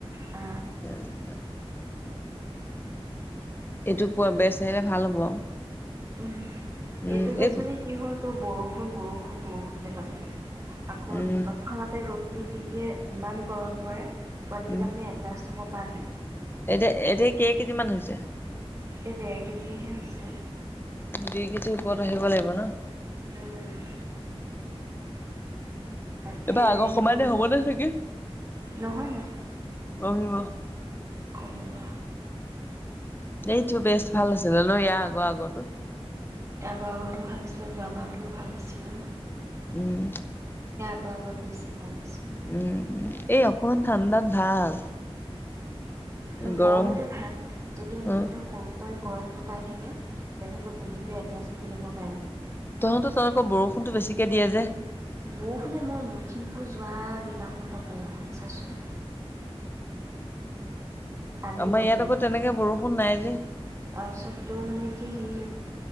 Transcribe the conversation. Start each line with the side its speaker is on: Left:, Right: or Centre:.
Right: অ
Left: তেন্ত এইটো পোৱা বেচ আহিলে ভাল হ'ব আৰু
Right: উম
Left: উম
Right: এইটো বেছ
Left: এই
Right: মানে কি হ'ল তোৰ বৰ বৰষুণ বৰষুণ বৰষুণতে পালে আকৌ
Left: উম
Right: তৎক্ষণাতে ৰ'দ টো দি কি ইমান গৰম পৰে পোৱালি
Left: উম
Right: কেইটা মান এজাষ্ট হ'ব পাল
Left: এতিয়া এতিয়া কেই কেইজি মান হৈছে
Right: এতিয়া ডেৰ কেজিহে হৈছে
Left: দুই কেজি ওপৰত আহিব লাগিব ন
Right: উম তাকে
Left: এইবাৰ আগৰ
Right: হেৰি
Left: কানে হবনে চাগে
Right: নহয়
Left: কমিব
Right: কমোৱা
Left: এইটো বেচ ভাল আছিলে ন ইয়াৰ আগৰ আগতো
Right: আগৰ আগতো ভাল আছিলে গ বাৰটোও ভাল আছিলে
Left: উম
Right: শসাগ ঘৰতটো বেছি ভাল আছে
Left: উম উম এই অকমান ঠাণ্ডাত ভাল
Right: উম
Left: গৰম
Right: গৰমটো ভাল যদি মানে
Left: অ
Right: সিহঁতে সৰুৰ পৰাই গৰমটো পাই থাকে তেনেহ'লে বডী টো এটজ সিলিবকে
Left: তহঁত তাত আকৌ বৰষুণতো বেছিকে দিয়ে যে
Right: বৰষুণে মই লখিমপুৰ যোৱা দিনাখনৰ পৰা বৰষুণ চাইছোঁ কালিলৈকে
Left: আমাৰ ইয়াত আকৌ তেনেকে বৰষুণ নাই যে
Right: তাৰপিছত তোৰ মানে কি সেই